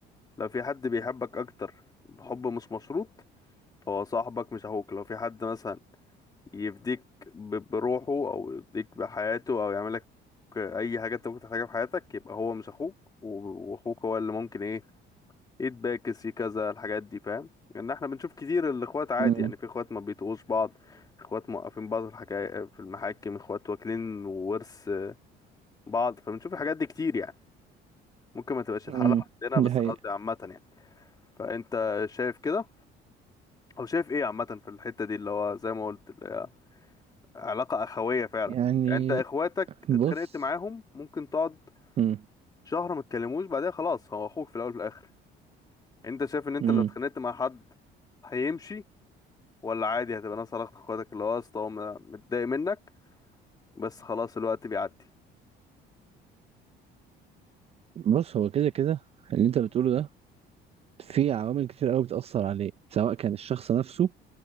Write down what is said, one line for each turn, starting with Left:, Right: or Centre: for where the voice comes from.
Left: لو في حد بيحبك اكتر بحب مش مشروط فهو صاحبك مش اخوك لو في حد مثلا يفديك ب- بروحه او يفديك بحياته او يعملك اي حاجه انت ممكن تحتاجها في حياتك يبقى هو مش اخوك و- واخوك هو اللي ممكن ايه يتباكس كذا الحاجات دي فاهم لان احنا بنشوف كتير الاخوات عادي
Right: امم
Left: يعني في اخوات ما بيتقوش بعض اخوات موقفين بعض في الحكاية في المحاكم اخوات واكلين ورث بعض فبنشوف الحاجات دي كتير يعني ممكن ما تبقاش الحالة
Right: امم
Left: عندنا بس
Right: دي حقيقة
Left: انا قصدي عامة يعني فانت شايف كده او شايف ايه عامة في الحتة دي اللي هو زي ما قلت اللي هي علاقة اخوية فعلا
Right: يعني
Left: يعني انت اخواتك
Right: بص
Left: اتخانقت معاهم ممكن تقعد
Right: مم.
Left: شهر ما تكلموش بعدها خلاص هو اخوك في الاول وفي الاخر انت شايف ان انت
Right: مم.
Left: لو اتخانقت مع حد هيمشي ولا عادي هتبقى ناس علاقة اخواتك اللي هو اصلا هو متضايق منك بس خلاص الوقت بيعدي
Right: بص هو كده كده اللي انت بتقوله ده في عوامل كتير قوي بتأثر عليه سواء كان الشخص نفسه